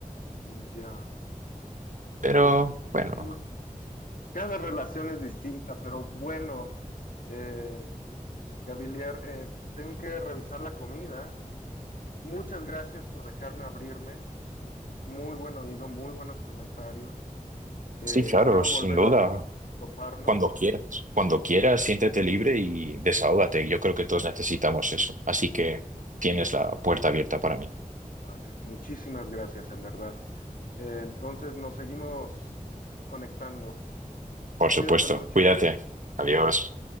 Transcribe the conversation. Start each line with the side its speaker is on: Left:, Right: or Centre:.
Left: Ya,
Right: Pero
Left: pues
Right: bueno,
Left: <clears throat> cada relación es distinta, pero bueno, eh, Gavilier, eh, tengo que revisar la comida. Muchas gracias por dejarme abrirme. Muy buen oído, muy buenos comentarios. Eh,
Right: sí, claro,
Left: espero
Right: sin
Left: volver
Right: duda,
Left: a toparnos.
Right: cuando quieras. Cuando quieras, siéntete libre y desahógate. Yo creo que todos necesitamos eso. Así que tienes la puerta abierta para mí.
Left: Vale, muchísimas gracias, en verdad. Entonces nos seguimos conectando.
Right: Por supuesto,
Left: Cuídate mucho.
Right: cuídate. Adiós.